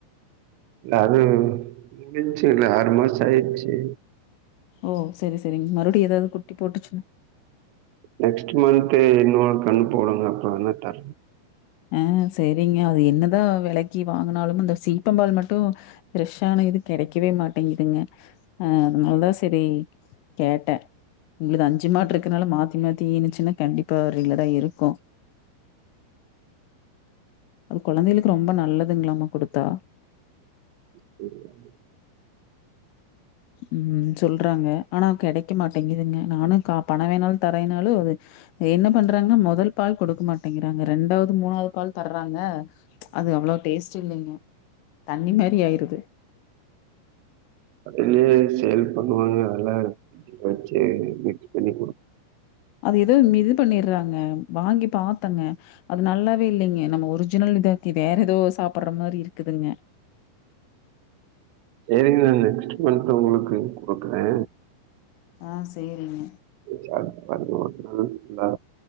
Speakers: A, on the right (about 85°); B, on the left (about 80°).
A: இல்ல அது முடுஞ்ச்சுல ஆறு மாச ஆயிருச்சு
B: ஓ செரி செரிங்க மறுபடியு எதாவது குட்டி போட்டுச்சு
A: நெக்ஸ்ட் மந்த்து இன்னொரு கண்ணு போடுங்க அப்ப வெனா தர
B: அ செரிங்க அது என்னதா வெலைக்கி வாங்குனாலும் அந்த சீப்பம்பால் மட்டு ஃப்ரெஷ்ஷான இது கெடைக்கவே மாட்டேங்கிதுங்க அ அதனால தா சரி கேட்டே உங்கள்து அஞ்சு மாட்டு இருக்கனால மாத்தி மாத்தி இனுச்சுன்னா கண்டிப்பா ஒ ரெகுலரா இருக்கு அது கொழந்தைகளுக்கு ரொம்ப நல்லதுங்க்ளாமா குடுத்தா
A: சரி
B: ம் சொல்றாங்க ஆனா கெடைக்க மாட்டேங்குதுங்க நானு கா பண வேணாலு தரேயினாலு என்ன பண்றாங்க மொதல் பால் குடுக்க மாட்டேங்கிறாங்க ரெண்டாவது மூணாவ்து பால் தர்றாங்க அது அவ்ளோ டேஸ்ட் இல்லைங்க தண்ணி மாரி ஆயிருது
A: ம் சேல் பண்ணுவாங்க அலா அ சே மிக்ஸ் பண்ணி குடு
B: அது ஏதோ இது பண்ணிடுறாங்க வாங்கி பாத்தங்க அது நல்லாவே இல்லைங்க நம்ம ஒரிஜினல் இதாக்கி வேற ஏதோ சாப்புட்ற மாரி இருக்குதுங்க
A: சேரிங்க நா நெக்ஸ்ட் மந்த் உங்களுக்கு குடுக்குறே
B: ஆ சேரிங்க
A: இப்ப ஒன்னொன்னு இதா